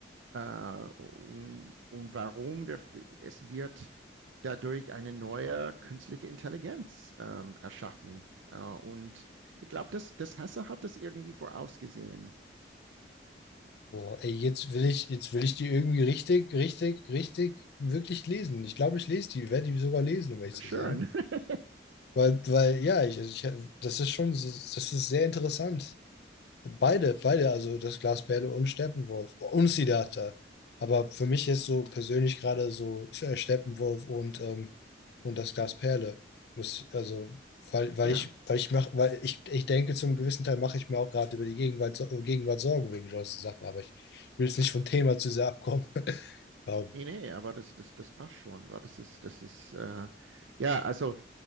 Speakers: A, on the right; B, on the left.
A: äh, und, und warum wir, es wird dadurch eine neue künstliche Intelligenz ähm, erschaffen. Äh, und ich glaube, das, das Hesse hat das irgendwie vorausgesehen.
B: Boah, ey, jetzt will ich, jetzt will ich die irgendwie richtig, richtig, richtig, wirklich lesen. Ich glaube, ich lese die, werde die sogar lesen, um ehrlich zu
A: Schön.
B: sein.
A: <laughs>
B: Weil, weil, ja, ich, also ich, das ist schon, so- das ist sehr interessant. Beide, beide, also das Glasperle und Steppenwolf und Siddhartha. Aber für mich jetzt so persönlich gerade so äh, Steppenwolf und, ähm, und das Glasperle. Muss, also, weil, weil
A: Ja.
B: ich, weil ich mach, weil ich, ich denke, zum gewissen Teil mache ich mir auch gerade über die Gegenwart, Sor- Gegenwart Sorgen wegen solchen Sachen, aber ich will jetzt nicht vom Thema zu sehr abkommen. <laughs> Aber,
A: Nee, nee, aber das, das, das passt schon. wa? Das ist, das ist, äh, ja, also